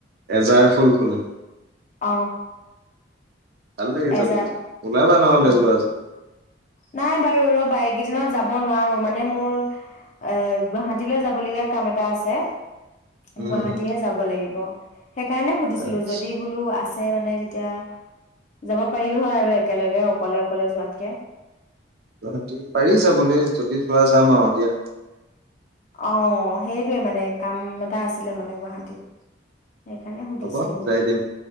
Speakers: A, on the right; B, on the left.
A: এজাৰ ফুল ফুলে
B: অ
A: ভাল লাগে
B: এজাৰ
A: যাবলৈ ওলাবা নহলে
B: অ
A: যোৱা যদি
B: নাই বাৰু ৰ ব কেইদিনত যাব নোৱাৰো মানে মোৰ এ গুৱাহাটীলৈ যাবলগীয়া কাম এটা আছে গুৱাহাটীহে
A: উম উম
B: যাব লাগিব সেইকাৰণে সুধিছিলো
A: আচ্ছা
B: যদি বোলো আছ ছে মানে তেতিয়া যাব পাৰিলো হয় আৰু একেলগে অকলে অকলে যোৱাতকে
A: গুৱাহাটী পাৰি যাবলৈ যদি যোৱা যাম আও দিয়া
B: অ সেইটোৱে মানে কাম এটা আছিলে মানে গুৱাহাটীত সেইকাৰণে সুধিছিলো
A: হ'ব যাই দিম